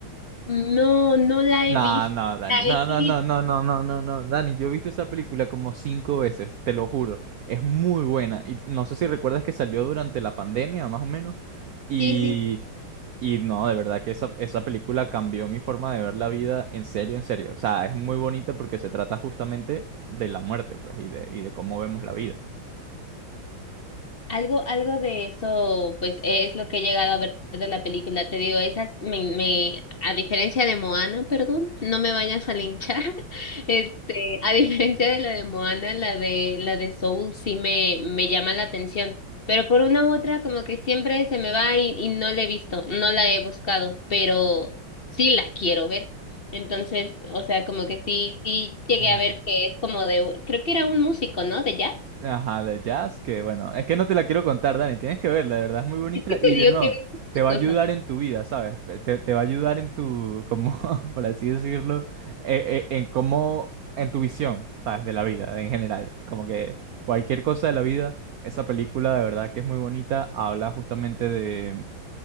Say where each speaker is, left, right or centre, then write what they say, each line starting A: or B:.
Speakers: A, on the left (about 45°); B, on the right (about 65°).
A: No, no la
B: No,
A: he visto,
B: no, Dani,
A: la
B: no,
A: he querido,
B: no, no, no, no, no, no, no, Dani, yo he visto esa película como cinco veces, te lo juro, es muy buena y no sé si recuerdas que salió durante la pandemia, más o menos, y,
A: sí, sí.
B: y no, de verdad que esa, esa película cambió mi forma de ver la vida, en serio, en serio, o sea, es muy bonita porque se trata justamente de la muerte, pues, y de, y de cómo vemos la vida.
A: Algo, algo de eso, pues e, es lo que he llegado a ver de la película. Te digo, esas me, me, a diferencia de Moana, perdón, no me vayas a linchar. <laughs> Este, a diferencia de la de Moana, la de la de Soul sí me, me llama la atención. Pero por una u otra, como que siempre se me va y, y no la he visto, no la he buscado, pero sí la quiero ver. Entonces, o sea, como que sí, sí
B: <laughs>
A: llegué a ver que es como de, creo que era un músico, ¿no? De jazz. <laughs>
B: Ajá, de jazz, que bueno, es que no te la quiero contar, Dani, tienes que verla, de verdad es muy bonita
A: Es que
B: y
A: te
B: de
A: digo
B: nuevo,
A: que he visto
B: te va
A: cosas.
B: a ayudar en tu vida, ¿sabes? Pe- Te, te va a ayudar en tu, como, <laughs> por así decirlo, eh, eh, en cómo, en tu visión, ¿sabes? De la vida en general, como que cualquier cosa de la vida, esa película de verdad que es muy bonita, habla justamente